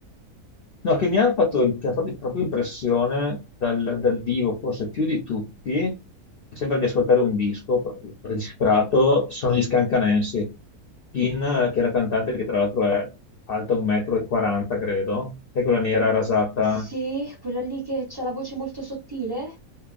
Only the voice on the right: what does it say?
Sì, quella lì che c'ha la voce molto sottile?